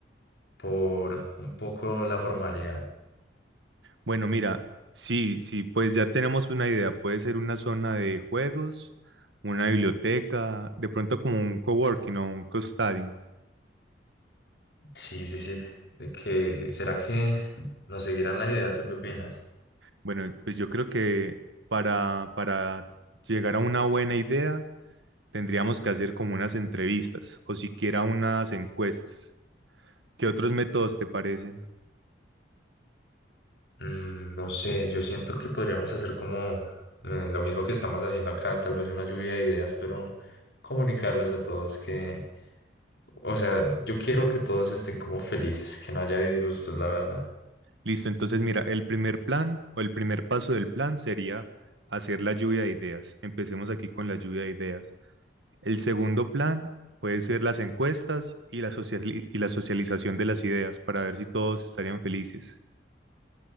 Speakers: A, on the left; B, on the right.
A: por un poco la formalidad.
B: Bueno, mira, sí, sí, pues ya tenemos una idea. Puede ser una zona de juegos, una biblioteca, de pronto como un coworking o un co-studying.
A: Sí, sí, sí. de que será que nos seguirán la idea? ¿Tú qué opinas?
B: Bueno, pues yo creo que para, para llegar a una buena idea tendríamos que hacer como unas entrevistas o siquiera unas encuestas. ¿Qué otros métodos te parecen?
A: Mm, No sé, yo siento que podríamos hacer como eh, lo mismo que estamos haciendo acá, tal vez una lluvia de ideas, pero comunicarles a todos que, o sea, yo quiero que todos estén como felices, que no haya disgustos, la verdad.
B: Listo, entonces mira, el primer plan o el primer paso del plan sería hacer la lluvia de ideas. Empecemos aquí con la lluvia de ideas. El segundo plan puede ser las encuestas y la, sociali- y la socialización de las ideas para ver si todos estarían felices.